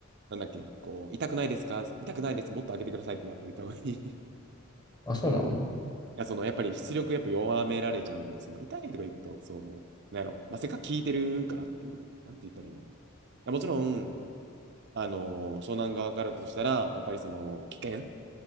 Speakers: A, on the right; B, on the left.
A: なんだっけ、こう、痛くないですか痛くないです。もっと上げてくださいってやっぱり言った方がいい。<laughs> い
B: あ、そうなの
A: や、その、やっぱり出力やっぱ弱められちゃうんで、その、痛いとか言うと、その、なんやろ、まあ、せっかく効いてるからっていう、なんて言ったらいいんやろ。いや、もちろん、あのー湘南側からだとしたら、やっぱりその、危険